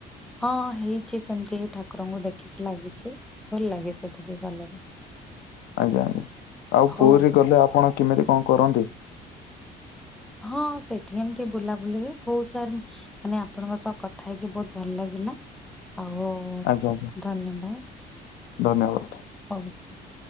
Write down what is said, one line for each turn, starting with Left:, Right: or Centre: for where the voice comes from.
Centre: ହଁ ହେଇଚି ସେମ୍ତି ଠାକୁରଙ୍କୁ ଦେଖିକି ଲାଗିଚି। ଭଲ୍ ଲାଗେ ସେଠିକି ଗଲେ।
Left: ଆଜ୍ଞା, ଆଉ
Centre: ହଉ
Left: ପୁରୀ ଗଲେ ଆପଣ କେମିତି କଣ କରନ୍ତି?
Centre: ହଁ ସେଠି ଏମ୍ତି ବୁଲାବୁଲି ହୁଏ, ହଉ ସାର୍ ମାନେ ଆପଣଙ୍କ ସହ କଥା ହେଇକି ବହୁତ୍ ଭଲ୍ ଲାଗିଲା, ଆଉ
Left: ଆଚ୍ଛା-ଆଚ୍ଛା।
Centre: ଧନ୍ୟବାଦ୍।
Left: ଧନ୍ୟବାଦ୍।
Centre: <unintelligible>